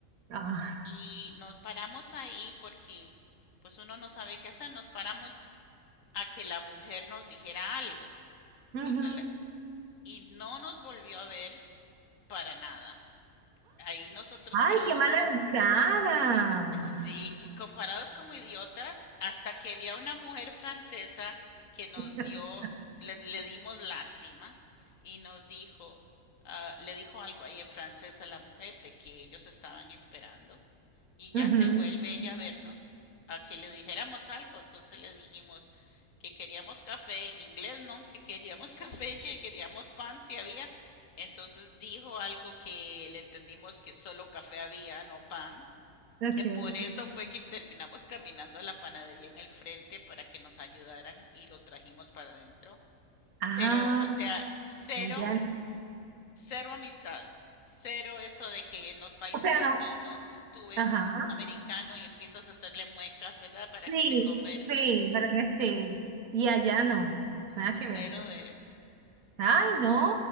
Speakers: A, on the right; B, on the left.
A: Ah.
B: y nos paramos ahí porque pues uno no sabe qué hacer, nos paramos a que la mujer nos dijera algo,
A: ujú.
B: pues el- y no nos volvió a ver para nada. Ahí nosotros
A: Ay,
B: parados
A: qué mal
B: con,
A: educada.
B: Sí, y comparados como idiotas, hasta que había una mujer francesa que nos
A: <gasps>
B: dio, le, le dimos lástima y nos dijo, ah, le dijo algo ahí en francés a la mujer de que ellos estaban esperando y ya
A: Ujú,
B: se vuelve ella a vernos a que le dijéramos algo. Entonces le dijimos que queríamos café en inglés, ¿no? Que queríamos <laughs> café, que queríamos pan si había. Entonces dijo algo que le entendimos que solo café había, no pan.
A: ok.
B: Que por eso fue que terminamos caminando a la panadería en el frente para que nos ayudaran y lo trajimos para adentro.
A: Ah,
B: Pero, o sea, cero,
A: ya.
B: cero amistad. Cero eso de que en los países
A: O sea,
B: latinos
A: no.
B: tú ves
A: Ajá.
B: un, un americano y empiezas a hacerle muecas, ¿verdad? Para
A: Sí,
B: que te converse.
A: sí, pero que sí. Y allá no,
B: No,
A: nada
B: cero
A: que ver.
B: de eso.
A: Ay, no,